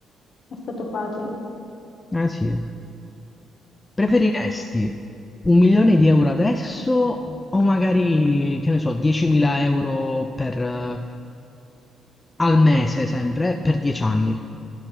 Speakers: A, on the left (about 55°); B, on the left (about 20°).
A: È stato facile.
B: Eh sì. Preferiresti un milione di euro adesso o magari, che ne so, 10.000 euro per, eh, al mese sempre, eh, per 10 anni?